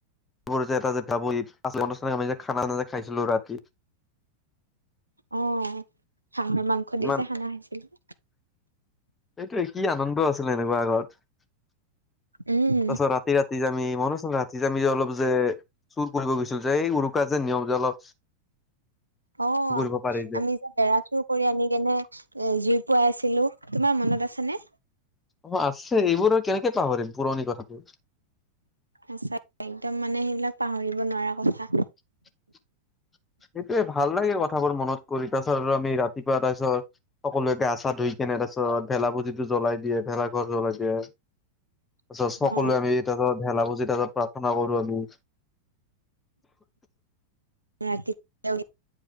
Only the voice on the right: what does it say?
অহ হাঁহৰ মাংস
দি যে খানা খাইছিলোঁ।
উম
অঁ
আমি যে বেৰা চুৰ কৰি আনি কিনে জুই পুৱাই আছিলোঁ। তোমাৰ মনত আছ নে।
আছে একদম মানে সেইবিলাক পাহৰিব নোৱাৰা কথা।
<unintelligible>
অ
ৰাতি এনেকে